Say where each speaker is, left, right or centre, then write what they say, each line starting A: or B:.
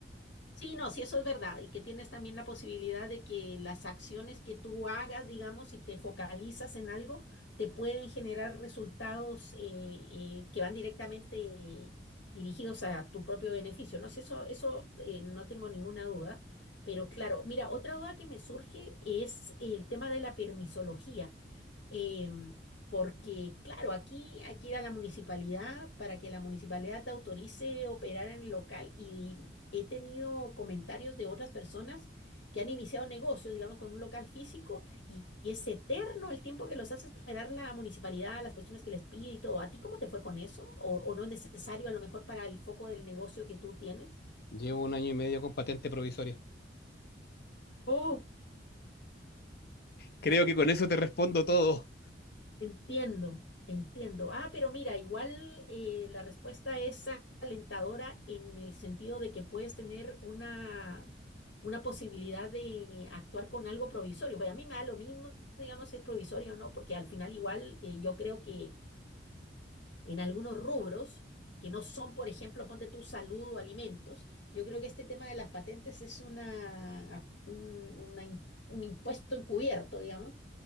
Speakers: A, on the left; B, on the left.
A: Sí, no, sí, eso es verdad. Y que tienes también la posibilidad de que las acciones que tú hagas, digamos, si te focalizas en algo, te pueden generar resultados eh, eh, que van directamente eh, dirigidos a tu propio beneficio. No sé, eso, eso eh, no tengo ninguna duda. Pero claro, mira, otra duda que me surge es el tema de la permisología. em, porque, claro, aquí hay que ir a la municipalidad para que la municipalidad te autorice operar en el local y he tenido comentarios de otras personas que han iniciado negocios, digamos, con un local físico y, y es eterno el tiempo que los hace esperar la municipalidad, las cuestiones que les pide y todo. ¿A ti cómo te fue con eso? ¿O, o no es necesario a lo mejor para el foco del negocio que tú tienes?
B: Llevo un año y medio con patente provisoria.
A: Oh,
B: Creo que con eso te respondo todo.
A: Entiendo, entiendo. Ah, pero mira, igual eh, la respuesta es alentadora en el sentido de que puedes tener una, una posibilidad de actuar con algo provisorio. Pero a mí me da lo mismo, digamos, si es provisorio o no, porque al final igual eh, yo creo que en algunos rubros que no son, por ejemplo, ponte tu salud o alimentos, yo creo que este tema de las patentes es una, un, una in- un impuesto encubierto, digamos